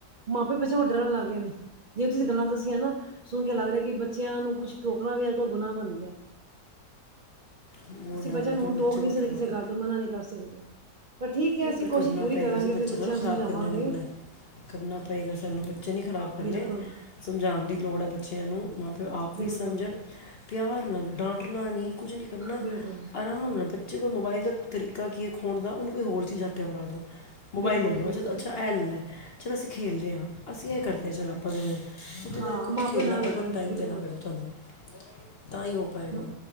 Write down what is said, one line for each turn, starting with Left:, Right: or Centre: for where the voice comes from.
Right: ਮਾਪੇ ਬੱਚਿਆਂ ਕੋਲ਼ ਡਰਨ ਲੱਗ ਗਏ ਨੇ। ਜੇ ਤੁਸੀਂ ਗੱਲਾਂ ਦੱਸੀਆਂ ਨਾ ਸੁਣ ਕੇ ਲੱਗ ਰਿਐ ਕੀ, ਬੱਚਿਆਂ ਨੂੰ ਕੁੱਛ ਟੋਕਣਾ ਵੀ ਅੱਜ-ਕਲ੍ਹ ਗੁਨਾਂਹ ਬਣ ਗਿਆ।
Left: ਬਹੁਤ
Right: ਅਸੀਂ
Left: ਡਰ
Right: ਬੱਚਿਆਂ
Left: ਅੱਜ
Right: ਨੂੰ
Left: ਕੱਲ੍ਹ
Right: ਹੁਣ ਟੋਕ
Left: ਬੱਚੇ
Right: ਨੀ
Left: ਬਹੁਤ
Right: ਸਕਦੇ
Left: ਖਰਾਬ
Right: ਕਿਸੇ ਗੱਲ ਤੋਂ ਮਨਾ ਨੀ ਕਰ ਸਕਦੇ। ਪਰ ਠੀਕ ਹੈ
Left: ਨਈ
Right: ਅਸੀਂ
Left: ਪਰ
Right: ਕੋਸ਼ਿਸ਼
Left: ਕਰਨਾ
Right: ਪੂਰੀ
Left: ਪਏਗਾ
Right: ਕਰਾਂਗੇ
Left: ਜੀ, ਬੱਚੇ
Right: ਆਪਣੇ ਬੱਚਿਆਂ
Left: ਥੋੜ੍ਹਾ
Right: ਨੂੰ
Left: ਖ਼ਰਾਬ
Right: ਸਮਝਾਵਾਂਗੇ
Left: ਕਰਨੇ ਨੇ ਅਪਣੇ। ਕਰਨਾ ਪਏਗਾ ਸਾਨੂੰ ਬੱਚੇ ਨੀ ਖ਼ਰਾਬ ਕਰਨੇ,
Right: ਬਿਲਕੁਲ।
Left: ਸਮਝਾਣ ਦੀ ਲੋੜ ਐ ਬੱਚਿਆਂ ਨੂੰ। ਮਾਂ ਪਿਓ ਆਪ
Right: ਬਿਲਕੁਲ,
Left: ਵੀ ਸਮਝਣ, ਪਿਆਰ ਨਾਲ ਡਾਂਟਣਾ ਨੀ ਕੁਝ ਨੀ ਕਰਨਾ
Right: ਬਿਲਕੁਲ,
Left: ਆਰਾਮ ਨਾਲ, ਬੱਚੇ ਕੋ ਮੋਬਾਈਲ ਦਾ ਤਰੀਕਾ ਕੀ ਐ ਖੋਣ ਦਾ, ਓਹਨੂੰ ਕੋਈ ਹੋਰ ਚੀਜ਼ਾਂ ਉਤੇ ਫੜਾ ਦੋ, ਮੋਬਾਈਲ
Right: ਬਿਲਕੁਲ,
Left: ਲੈਲੌ,
Right: ਬਿਲਕੁਲ।
Left: ਅਸੀਂ ਅੱਛਾ ਐ ਲੈਲ਼ਾ। ਚਲੋ ਅਸੀਂ ਖੇਲਦੇ ਆ, ਅਸੀਂ ਐ ਕਰਦੇ ਚਲੋ ਆ ਪਤਾ ਉਦੇ
Right: ਹਾਂ
Left: ਨਾਲ ਖੁਦ
Right: ਮਾਂ
Left: ਖੇਲਣਾ
Right: ਪਿਓ ਨਾ ਲੱਗਣ
Left: ਪਏਗਾ, ਉਨੂੰ ਟਾਈਮ
Right: ਬਿਲਕੁਲ।
Left: ਦੇਣਾ ਪ‌ਏਗਾ ਤੁਹਾਨੂੰ ਤਾਂ ਈ ਓ ਪਾਏਗਾ।
Right: ਮ-